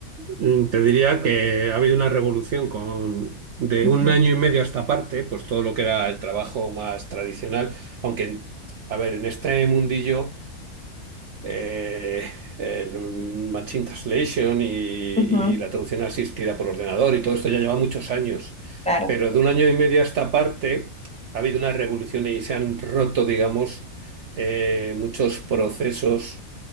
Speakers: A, on the right (about 65°); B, in the centre.
A: mm, te diría que ha habido una revolución con de
B: Ujú,
A: un año y medio a esta parte, pues todo lo que era el trabajo más tradicional, aunque, a ver, en este mundillo eh, el machine translation y, y
B: ujú,
A: la traducción asistida por ordenador y todo esto ya lleva muchos años,
B: claro,
A: pero de un año y medio a esta parte ha habido una revolución y se han roto, digamos, eh, muchos procesos